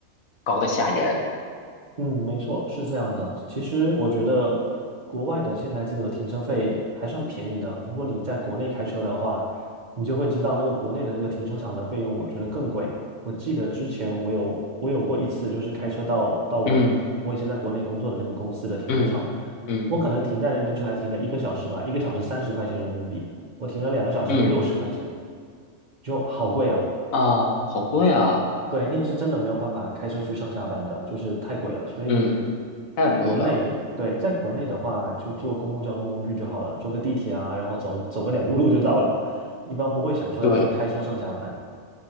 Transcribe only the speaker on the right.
嗯，没错，是这样的。其实我觉得国外的现在这个停车费还算便宜的。如果你在国内开车的话，你就会知道那个国内的那个停车场的费用，我觉得更贵。我记得之前我有我有过一次，就是开车到到我我以前在国内工作的那个公司的停车场，
我可能停在那边就还停了一个小时吧，一个小时三十块钱人民币，我停了两个小时就六十块钱，
就好贵啊。
对，那个是真的没有办法开车去上下班的，就是太贵了。所以
在国内，对，在国内的话，就坐公共交通工具就好了，坐个地铁啊，然后走走个两步路就到了，一般不会想说要去开车上下班，